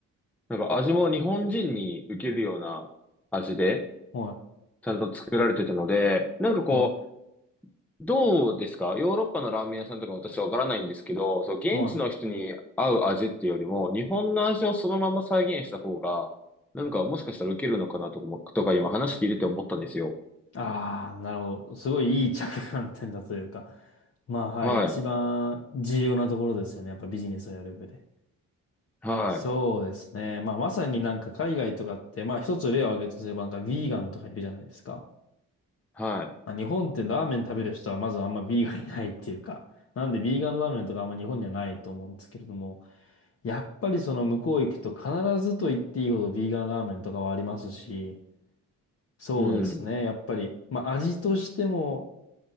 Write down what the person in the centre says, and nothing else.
なんか味も日本人に受けるような味で、
ちゃんと作られてたので、なんかこう、
どうですかヨーロッパのラーメン屋さんとか私はわからないんですけど、そう、現地の人に合う味っていうよりも、
日本の味をそのまま再現した方が、なんかもしかしたら受けるのかなとかも、とか今話聞いてて思ったんですよ。
はい。
はい。
は
い。うん。